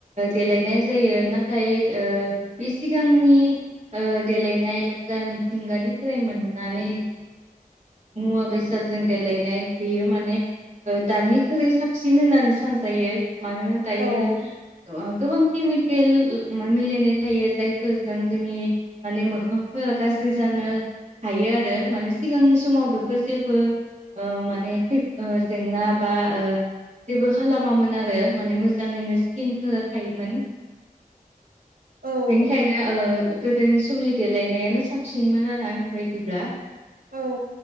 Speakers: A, on the right; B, on the right.
A: देलायनाय जायो नाथाय ओ बे सिगांनि ओ देलायनाय जा मिथिंगानिफ्राय मोननानै मुवा बेसादजों देलायनाय बेयो माने दानिख्रुइ साबसिन होननानै सानजायो मानोना दायो
B: औ
A: ओ गोबां केमिकेल मिलायनाय थायो जायफोरजों जोंनि माने मोखांफोरा गाज्रि जानो हायो आरो माने सिगांनि समाव बेफोर जेबो ओ माने जेंना बा ओ जेबो खालामामोन आरो माने मोजांङैनो स्किनफोरा थायोमोन ।
B: औ
A: बेनिखायनो ओ गोदोनि समनि देलायनायानो साबसिनमोन आरो आंनि बायदिब्ला
B: औ